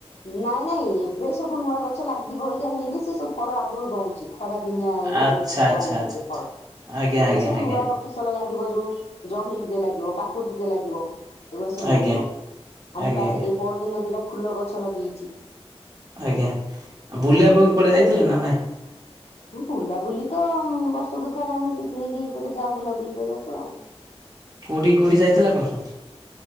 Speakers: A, on the left; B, on the right.
A: ନାଇଁ ନାଇଁ ଏବେ ସବୁ ନୂଆ ଗଛ ଲାଗି ଏକା ହେଇନି, ସେ ସବୁ ଫଳ ଆଗରୁ ଦଉଛି। ଖରା ଦିନିଆ ଇଏ
B: ଆଚ୍ଛା ଆଚ୍ଛା
A: ଦଉଛି
B: ଆଚ୍ଛା ଆଚ୍ଛା।
A: ଫଳ
B: ଆଜ୍ଞା
A: ଏବେ
B: ଆଜ୍ଞା
A: ସବୁ
B: ଆଜ୍ଞା
A: ନୂଆ ଫସଲ ଲାଗିବ ଯୋଉ ଜହ୍ନି ଟିକେ ଲାଗିବ କାକୁଡି ଟିକେ ଲାଗିବ। ଏଗୁଡା ସବୁ
B: ଆଜ୍ଞା
A: ଲାଗିବ ଆଉ
B: ଆଜ୍ଞା
A: ମୁଁ କାଲି
B: ଆଜ୍ଞା
A: ଏଇ ପହରଦିନ ଦିଟା ଫୁଲ ଗଛ ଲଗେଇଛି।
B: ଆଜ୍ଞା ଆଉ ବୁଲିବା ପାଇଁ କୁଆଡେ ଯାଇଥିଲେ ନା ନାଇଁ?
A: ହଁ ବୁଲାବୁଲି ତ ବର୍ଷକୁ ଥରେ ଆମେ ପିକନିକ କୁଆଡେ ଯାଉ ବୁଲାବୁଲି କରିବାକୁ ଆଉ।
B: କଉଠି କଉଠି ଯାଇଥିଲେ ଆପଣ ସବୁ?